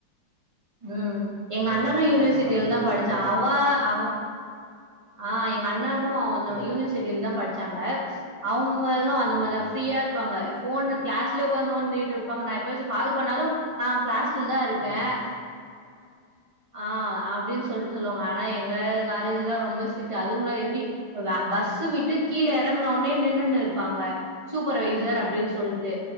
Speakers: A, on the right; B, on the right.
A: உம் எங்க அண்ணனு
B: அதா
A: யூனிவர்சிட்டியில
B: கவர்மெண்ட் காலேஜ்ல
A: தா
B: படிச்சா
A: படிச்ச
B: அந்த மாரி
A: அவ
B: ஒரு இது
A: அவ ஆ அண்ணுனு
B: சொல்லுங்க
A: யூனிவர்சிட்டில தா படுச்சாங்க அவுங்களு அந்த மாதிரி
B: ஓஹோ
A: தா ஃபிரியா இருப்பாங்க ஃபோனு கிளாஸ்லே ஒக்காந்து நோன்டிட்டு இருப்பாங்க நா கால் பண்ணாலு ஆ கிளாஸ்ல இரு தா இருக்கு
B: அதா
A: ஆ அப்டின் சொல்லி சொல்லுவாங்க ஆனா எங்க காலேஜ்ல்லா எல்லா ரொம்ப ஸ்டிட்டு அதும்பில்லாம எப்டி பஸ் விட்டு கீழ எறங்கனவுனே நின்னுனு இருப்பாங்க சூப்பர்வைசர் அப்டினு சொல்ட்டு